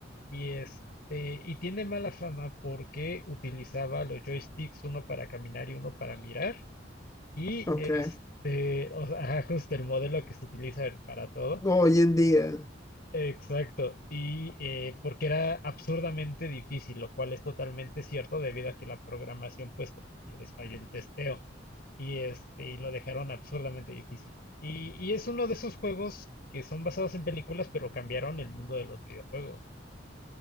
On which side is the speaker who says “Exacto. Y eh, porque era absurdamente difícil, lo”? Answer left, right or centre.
Left